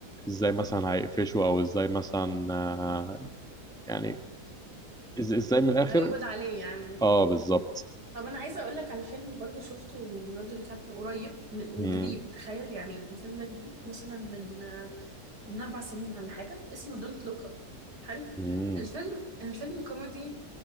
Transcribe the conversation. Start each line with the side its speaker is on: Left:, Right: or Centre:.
Centre: ازاي مثلا هيقفشوا او ازاي مثلا آه، يعني إز- ازاي من الاخر
Right: هيقبض عليه يعني
Centre: اه بالظبط
Right: طب انا عايزه اقول لك على فيلم برضو شفته ليوناردو دي كابريو قريب م- وجديد
Centre: مم،
Right: تخيل يعني الفيلم ده جديد مثلا من من اربع سنين ولا حاجه اسمه دونت لوك اب حلو
Centre: مم،
Right: الفيلم الفيلم كوميدي